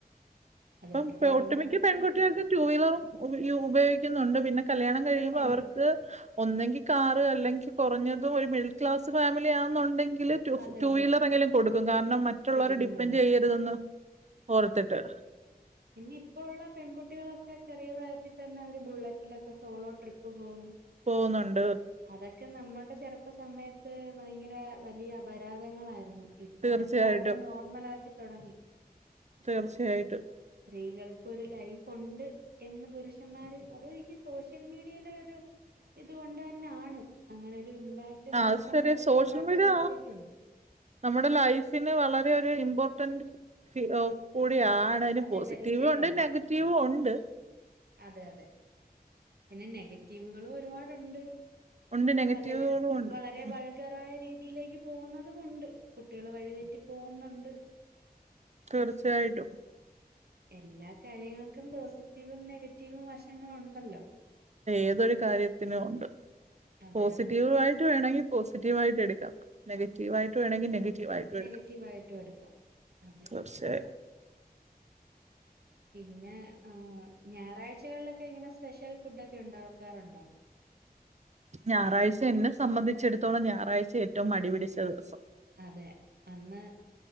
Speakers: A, on the right; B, on the right.
A: അതുകൊണ്ട്
B: പ്പം
A: കാര്യങ്ങളൊക്കെ
B: ഒട്ടുമിക്ക പെൺകുട്ടിയൾക്കു
A: കഴിഞ്ഞു പോകും.
B: ടൂ വീലറും ഉപയോഗിക്കുന്നുണ്ട് പിന്നെ കല്ല്യാണം കഴിയുമ്പോ
A: ഉണ്ട്
B: അവർക്ക് ഒന്നെങ്കി കാറ് അല്ലെങ്കിൽ കുറഞ്ഞതും ഒരു മിഡിൽ ക്ലാസ് ഫാമിലി ആന്നുണ്ടെങ്കില് ടു
A: അതെ
B: ടുവീലറെങ്കിലും
A: അതെ
B: കൊടുക്കും കാരണം മറ്റുള്ളവരെ
A: കൊടുക്കുന്നുണ്ട്
B: ഡിപ്പെൻഡ് ചെയ്യരുതെന്ന് ഓർത്തിട്ട്
A: ഇനി ഇപ്പോ ഉള്ള പെൺകുട്ടികളൊക്കെ ചെറിയ പ്രായത്തിൽ തന്നെ അവര് ബുള്ളറ്റിലൊക്കെ സോളോ ട്രിപ്പ് പോകുന്നു
B: പോകുന്നുണ്ട്
A: അതൊക്കെ നമ്മളുടെ ചെറുപ്പ സമയത്ത് ഭയങ്കര വലിയ അപരാധങ്ങളായിരുന്നു. ഇ ഇപ്പതൊക്കെ
B: തീർച്ചയായിട്ടും
A: ആളുകള് നോർമലാക്കി തൊടങ്ങി
B: തീർച്ചയായിട്ടും
A: സ്ത്രീകൾക്കൊരു ലൈഫുണ്ട് എന്ന് പുരുഷന്മാര് അത് ഈ സോഷ്യൽ മീഡിയയിലെ ഒരു ഇത് കൊണ്ട നാണ് അങ്ങനെ ഒരു ഇമ്പാക്ട്
B: ആ
A: നമ്മുടെ
B: അത്
A: സമൂഹത്തില്
B: ശരിയ സോഷ്യൽ
A: ഉണ്ടാക്കാൻ
B: മീഡിയ
A: പറ്റിയിട്ടുണ്ട്
B: നമ്മുടെ ലൈഫിന് വളരെ ഒരു ഇമ്പോർട്ടന്റ് ഫി കൂടിയാണ് അയിന്
A: അതെ
B: പോസിറ്റീവൂണ്ട്
A: വരുത്തിയിട്ടുണ്ട്
B: നെഗറ്റീവൂണ്ട്
A: അതെ അതെ പിന്നെ നെഗറ്റീവുകളും ഒരുപാടുണ്ട്
B: ഉണ്ട് നെഗറ്റീവുകളും
A: പലരും
B: ഉണ്ട്
A: വള രെ
B: ഉം,
A: വൾഗറായ രീതിയിലേക്ക് പോകുന്നതും ഉണ്ട്. കുട്ടികൾ വഴിതെറ്റി പോകുന്നുണ്ട്
B: തീർച്ചയായിട്ടും
A: എല്ലാ കാര്യങ്ങൾക്കും പോസിറ്റീവും നെഗറ്റീവും വശങ്ങള്ണ്ടല്ലോ
B: ഏതൊരു കാര്യത്തിനും ഉണ്ട്.
A: അതെ
B: പോസിറ്റീവ്
A: അതെ
B: ആയിട്ട് വേണെങ്കി പോസിറ്റീവായിട്ട് എട്ക്കാം. നെഗറ്റീവായിട്ട് വേണെങ്കി നെഗ വായിട്ടും
A: നെഗറ്റീവായിട്ടും
B: എട്ക്കാം.
A: എടുക്കാം അതെ
B: പക്ഷെ
A: പിന്നെ ഹ് ഞായറാഴ്ചകളിലൊക്കെ ഇങ്ങനെ സ്പെഷ്യൽ ഫുഡൊക്കെ ഉണ്ടാക്കാറുണ്ടോ
B: ഞാറാഴ്ച്ച എന്നെ സംബന്ധിച്ചെടുത്തോളം ഞാറാഴ്ച ഏറ്റവും മടിപിടിച്ച ദിവസം
A: അതെ അന്ന്